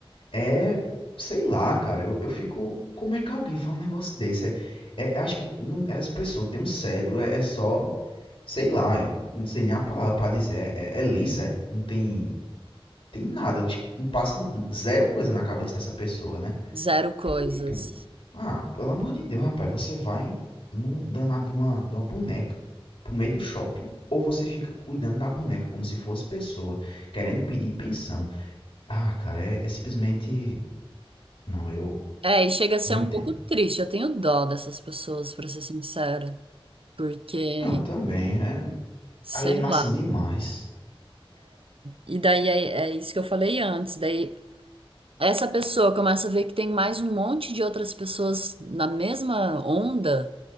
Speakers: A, on the left; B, on the right.
A: É. Sei lá, cara, eu, eu fico. Como é que alguém faz um negócio desse? É, é- eu acho que não, essa pessoa tem um cérebro, é, é só. Sei lá, é- não sei nem a palavra pra dizer. É, é, é é? Não tem. Tem nada, eu acho que não passa zero coisa na cabeça dessa pessoa, né?
B: Zero coisas.
A: Porque, tipo, ah, pelo amor de Deus, rapaz, você vai no danado de uma, de uma boneca pro meio do shopping, ou você fica cuidando da boneca como se fosse pessoa, querendo pedir pensão. Ah, cara, é, é simplesmente. Não, eu
B: É, e chega a ser
A: não
B: um
A: entendo.
B: pouco triste. Eu tenho dó dessas pessoas, pra ser sincera. Porque
A: Ah, eu também. É
B: Sei
A: alienação
B: lá.
A: demais.
B: E daí é, é isso que eu falei antes. Daí essa pessoa começa a ver que tem mais um monte de outras pessoas na mesma onda,